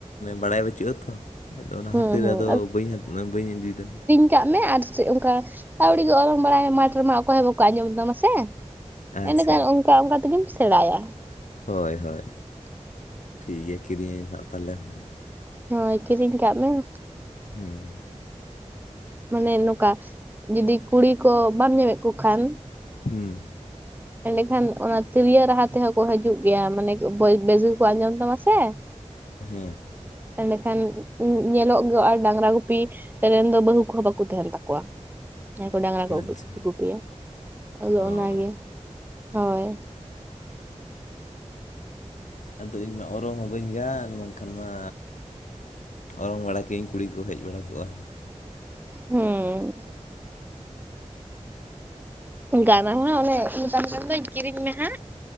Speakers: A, on the left (about 85°); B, on the right (about 15°).
A: ᱵᱟᱲᱟᱭ ᱵᱟᱹᱪᱩᱜᱼᱟ ᱛᱚ ᱾ ᱟᱫᱚ ᱚᱱᱟ
B: ᱦᱩᱸ
A: ᱠᱷᱟᱹᱛᱤᱨ
B: ᱦᱩᱸ
A: ᱨᱮ ᱟᱫᱚ ᱵᱟᱹᱧ ᱵᱟᱹᱧ ᱤᱫᱤᱭᱮᱫᱟ ᱾
B: ᱤᱫᱤ ᱠᱟᱜ ᱢᱮ ᱟᱨ ᱪᱮᱫ ᱚᱱᱠᱟ ᱟᱹᱣᱲᱤ ᱜᱮ ᱚᱨᱚᱝ ᱵᱟᱲᱟᱭ ᱢᱮ ᱢᱟᱴᱷ ᱨᱮᱢᱟ ᱚᱠᱚᱭ ᱦᱚᱸ ᱵᱟᱠᱚ ᱟᱸᱡᱚᱢ ᱛᱟᱢᱟ ᱥᱮ ᱾
A: ᱟᱪᱪᱷᱟ
B: ᱮᱸᱰᱮᱠᱷᱟᱱ ᱚᱱᱠᱟ ᱚᱱᱠᱟ ᱛᱮᱜᱮᱢ ᱥᱮᱬᱟᱭᱟ
A: ᱦᱳᱭ
B: ᱾
A: ᱦᱳᱭ ᱴᱷᱤᱠ ᱜᱮᱭᱟ ᱠᱤᱨᱤᱧᱟᱹᱧ ᱦᱟᱸᱜ ᱛᱟᱦᱚᱞᱮ ᱾
B: ᱦᱳᱭ ᱠᱤᱨᱤᱧ ᱠᱟᱜ ᱢᱮ ᱾
A: ᱦᱮᱸ᱾
B: ᱢᱟᱱᱮ ᱱᱚᱝᱠᱟ ᱡᱩᱫᱤ ᱠᱩᱲᱤ ᱠᱚ ᱵᱟᱢ ᱧᱟᱢᱮᱫ ᱠᱚ ᱠᱷᱟᱱ᱾
A: ᱦᱩᱸ᱾
B: ᱮᱸᱰᱮᱠᱷᱟᱱ ᱚᱱᱟ ᱛᱤᱨᱭᱳ ᱨᱟᱦᱟ ᱛᱮᱦᱚᱸ ᱠᱚ ᱦᱤᱡᱩᱜ ᱜᱮᱭᱟ ᱢᱟᱱᱮ ᱵᱮᱥ ᱜᱮᱠᱚ ᱟᱸᱡᱚᱢ ᱛᱟᱢᱟ ᱥᱮ ᱾
A: ᱦᱮᱸ ᱾
B: ᱮᱸᱰᱮᱠᱷᱟᱱ ᱧᱮᱞᱚᱜ ᱜᱮ ᱟᱨ ᱰᱟᱝᱨᱟ ᱜᱩᱯᱤ᱾ ᱨᱮᱱ ᱫᱚ ᱵᱟᱹᱦᱩ ᱠᱚᱦᱚᱸ ᱵᱟᱠᱚ ᱛᱟᱦᱮᱱ ᱛᱟᱠᱚᱣᱟ᱾ ᱡᱟᱦᱟᱭ ᱠᱚ ᱰᱟᱝᱨᱟ
A: ᱟᱪᱪᱷᱟ
B: ᱠᱚ ᱛᱩᱠᱩᱯᱮᱭᱟ ᱟᱫᱚ
A: ᱚ
B: ᱚᱱᱟᱜᱮ ᱦᱳᱭ᱾
A: ᱟᱫᱚ ᱤᱧᱢᱟ ᱚᱨᱚᱝ ᱦᱚᱸ ᱵᱟᱹᱧ ᱜᱟᱱ ᱵᱟᱝᱠᱷᱟᱱ ᱢᱟ᱾ ᱚᱨᱚᱝ ᱵᱟᱲᱟ ᱠᱟᱹᱧ ᱠᱩᱲᱤ ᱠᱚ ᱦᱮᱡ ᱵᱟᱲᱟ ᱠᱚᱜᱼᱟ᱾
B: ᱦᱩᱸ᱾ ᱚᱱᱠᱟᱱᱟ ᱦᱚᱸ ᱚᱱᱮ ᱤᱧ ᱫ ᱜᱟᱱ ᱫᱚᱧ ᱠᱤᱨᱤᱧ ᱢᱮ ᱦᱟᱸᱜ᱾